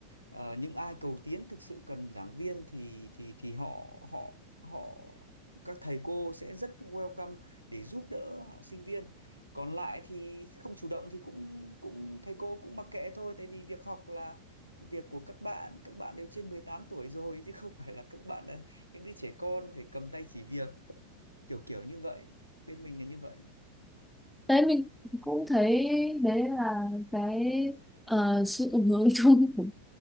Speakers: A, on the right; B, in the centre.
A: Ờ, những ai cầu tiến thực sự cần giảng viên thì thì thì họ họ họ các thầy cô sẽ rất welcome để giúp đỡ sinh viên. Còn lại thì không chủ động thì cũng cũng thầy cô cũng mặc kệ thôi tại vì việc học là việc của các bạn, các bạn đều trên 18 tuổi rồi chứ không phải là các bạn là những đứa trẻ con phải cầm tay chỉ việc, kiểu kiểu như vậy. Bên mình là như vậy.
B: đấy mình cũng thấy đấy là cái ờ, sự hướng chung của